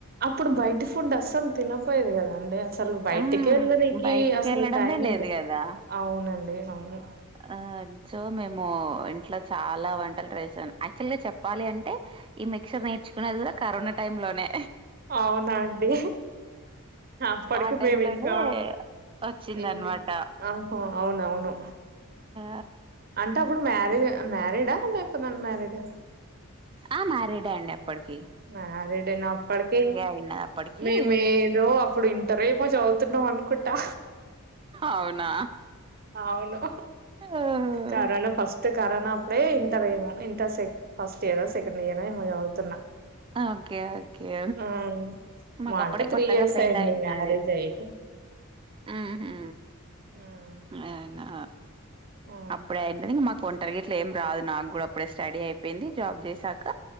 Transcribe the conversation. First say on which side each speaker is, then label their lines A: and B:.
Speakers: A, on the right (about 40°); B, on the right (about 25°).
A: అప్పుడు బయటి ఫుడ్ అసలు తినపోయేది కద అండి అస్ అసలు బయటికే
B: హ్మ్
A: వెళ్ళనికి
B: బయటికెళ్ళడమే
A: అసలు టైం లేదండి
B: లేదు గదా!
A: అవునండి అవును
B: ఆ సో మేము ఇంట్లో చాలా వంటలు చేసాను యాక్చువల్ గా చెప్పాలి అంటే ఈ మిక్సర్ నేర్చుకునేది కూడా కరోనా టైమ్ లోనే
A: అవునా అండి అప్పటికి
B: ఆ టై
A: మేము
B: లోనే
A: ఇంకా
B: వచ్చింది
A: ఏంది
B: అనమాట
A: ఆహా అవునవును
B: ఆ
A: అంటే అప్పుడు మ్యారీ మ్యారీడా లేకపోతే అన్ మ్యారిడా
B: ఆ మ్యారీడే అండి ఆప్పటికి
A: మ్యారీడ్ ఏ నా అప్పటికి
B: అయిందప్పటికి.
A: మేము ఏదో అప్పుడు ఇ టార్ ఏమో చవుతున్నాం అనుకుంటా
B: అవునా!
A: అవును
B: ఓహ్!
A: కరోనా ఫస్ట్ కరోనా అప్పుడే ఇంటర్ ఏమో ఇంటర్ సె ఫస్ట్ ఇయర్ సెకండ్ ఇయర్ ఏమ చదువుతున్నా
B: ఓకే ఓక్ కే
A: ఆ
B: మాకు
A: మా
B: అప్పుడే
A: అంటే త్రీ
B: కొత్తగా
A: ఇయర్స్
B: పెళ్ళయిన్నది
A: అయింది మ్యారేజ్ అయి
B: ఉహు
A: హ్మ్. ఆ
B: అయినా
A: ఆ
B: అప్పుడే అయినది మాకు వంటలు గిట్ల ఏం రాదు నాకు కూడా అప్పుడే స్టడీ అయిపోయింది జాబ్ చేసాక